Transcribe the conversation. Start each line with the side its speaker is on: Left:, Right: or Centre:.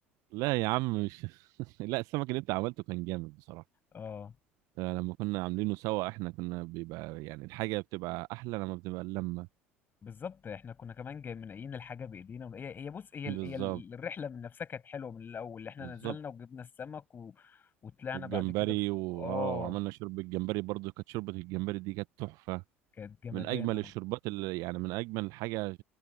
Right: لا يا عم مش <laughs> لا السمك اللي أنت عملته كان جامد بصراحة
Left: اه
Right: آه، لما كنا عاملينه سوا احنا كنا بيبقى يعني الحاجة بتبقى أحلى لما بتبقى اللمة
Left: بالظبط احنا كنا كمان جاي منقيين الحاجه بايدينا ون- هي هي بص هي
Right: بالظبط
Left: ال- هي ال- الرحله من نفسها كانت حلوه من الاول احنا
Right: بالظبط
Left: نزلنا وجبنا السمك و... وطلعنا
Right: والجمبري
Left: بعد كده في
Right: واه
Left: اه
Right: وعملنا شوربه الجمبري برضو كانت شوربه الجمبري دي كانت تحفه
Left: كانت جمدانه
Right: من اجمل
Left: اه
Right: الشوربات اللي يعني من اجمل حاجه